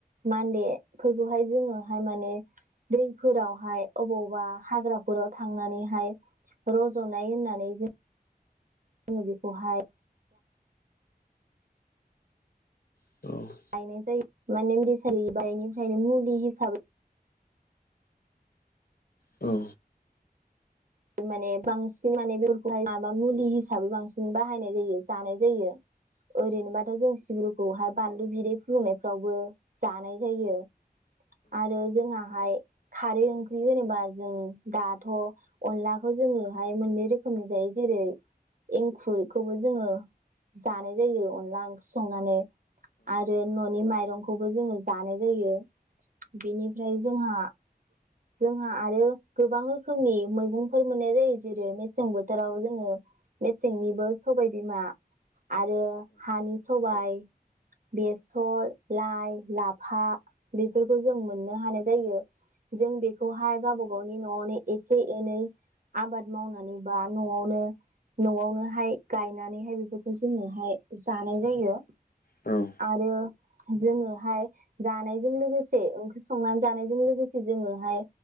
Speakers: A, on the right; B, on the left.
A: मान्देफोरखौहाय जोङोहाय माने दैफोरावहाय अबावबा हाग्राफोराव थांनानैहाय रज'नाय होननानै जों जोङो बेखौहाय
B: औ
A: बायनाय जायो माने <unintelligible> मुलि हिसाबै
B: औ
A: माने बांसिन माने बेफोरखौहाय माबा मुलि हिसाबै बांसिन बाहायनाय जायो जानाय जायो। ओरैनोबाथ' जों सिब्रुखौहाय बानलु बिदै फुदुंनायफ्रावबो जानाय जायो। आरो जोंहाहाय खारै ओंख्रि होनोबा जों दाथ' अनलाखौ जोङोहाय मोननै रोखोमनि जायो जेरै एंखुरखौबो जोङो जानाय जायो अनला ओंख्रि संनानै आरो न'नि माइरंखौबो जोङो जानाय जायो बेनिफ्राय जोंहा-जोंहा आरो गोबां रोखोमनि मैं मुंफोर मोननाय जायो जेरै मेसें बोथोराव जोङो मेसेंनिबो सबायबिमा आरो हानि सबाय बेसर लाइ लाफा बेफोरखौ जों मोननो हानाय जायो जों बेखौहाय गावबा गावनि न'आवनो एसे एनै आबाद मावनानैबा न'आवनो न'आवनोहाय गायनानैहाय बेफोरखौ जोङोहाय जानाय जायो
B: औ
A: आरो जोङोहाय जानायजों लोगोसे ओंख्रि संनानै जानायजों लोगोसे जोङोहाय